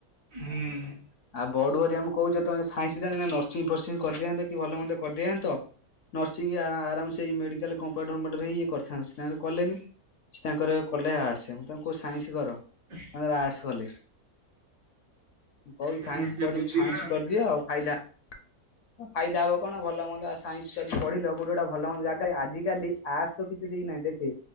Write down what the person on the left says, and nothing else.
ଆଉ ବଡ଼ୁ ହେରିଆଙ୍କୁ ମୁଁ କହୁଚି ଯଦି ତୋମେ ସାଇନ୍ସ ହେଇଥାନ୍ତ ଏଇନା ନର୍ସିଂ ଫର୍ସିଂ କରିଦିଆନ୍ତ କି ଭଲ ମନ୍ଦ କରିଦିଆନ୍ତ। ନର୍ସିଂ ଆ, ଆରାମସେ ଏଇ ମେଡିକାଲ୍ କମ୍ପାଣ୍ଡମେଟରେ ହେଇ ଇଏ କରିଥାନ୍ତେ, ସିଏ ତାଙ୍କର କଲେନି। ସିଏ ତାଙ୍କର କଲେ ଆର୍ଟସ, ମୁଁ ତାଙ୍କୁ କହୁଚି ସାଇନ୍ସ କର।
ତାଙ୍କର ଆର୍ଟସ କଲେ, ମୁଁ କହୁଚି ସାଇନ୍ସ
ପଢ଼ି,
ସାଇନ୍ସ କରିଦିଅ ଫାଇଦା ହଁ ଫାଇଦା ହବ କଣ ଭଲ ମନ୍ଦ ଆଉ ସାଇନ୍ସ ଯଦି ପଢିଲ କୋଉଠି ଗୋଟେ ଭଲ ମନ୍ଦ ଜାଗାରେ ଆଜିକାଲି ଆର୍ଟସ ତ କିଛି ଦେଇନା ଦେବେ,